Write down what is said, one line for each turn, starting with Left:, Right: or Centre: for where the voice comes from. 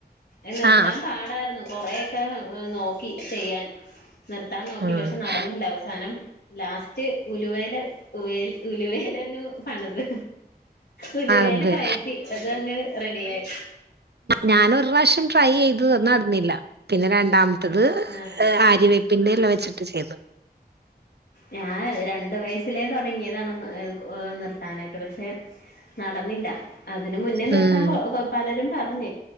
Left: <unintelligible> നിർത്താൻ
Right: ആ ആ
Left: പാടായിരുന്നു. കൊറയൊക്കെ ഏഹ് നോക്കി ചെയ്യാൻ നിർത്താൻ നോക്കി
Right: ആ
Left: പക്ഷെ നടന്നില്ല അവസാനം ലാസ്റ്റ് ഉലുവേല ഉൽ ഉലുവേലങ്ങ് പണിത് ഉലുവയില്
Right: അതെ
Left: പയറ്റി അതങ്ങ് റെഡിയായി
Right: ഞാൻ ഒരു പ്രാശ്യം ട്രൈ ചെയ്തത് നടന്നില്ല പിന്നെ രണ്ടാമത്തത്
Left: ആഹ്
Right: ഏഹ് ആര്യവേ പ്പിന്റെ ഇല വെച്ചിട്ട് ചെയ്തു.
Left: ഞാൻ രണ്ട് വയസിലേ തൊടങ്ങിയതാണ് ഏഹ് നിർത്താനായിട്ട് പഷെ നടന്നില്ല അതിന് മുന്നേ നിർത്താൻ
Right: ഉം
Left: കൊ പലരും പറഞ്ഞ്